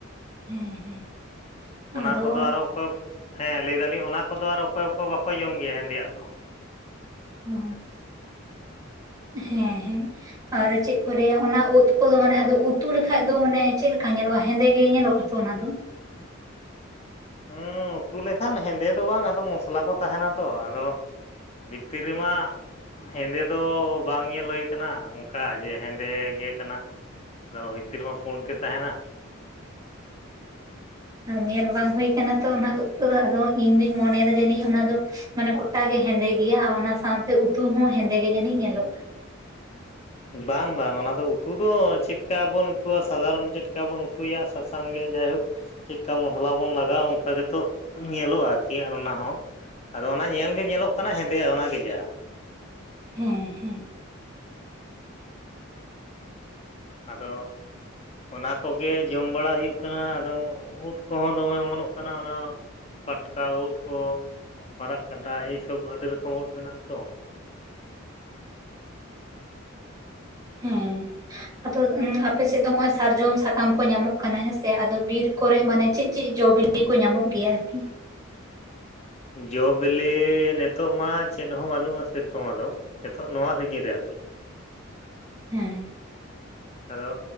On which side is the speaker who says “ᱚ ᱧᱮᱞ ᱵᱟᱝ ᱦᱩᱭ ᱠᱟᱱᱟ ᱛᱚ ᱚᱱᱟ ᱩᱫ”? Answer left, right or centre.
Right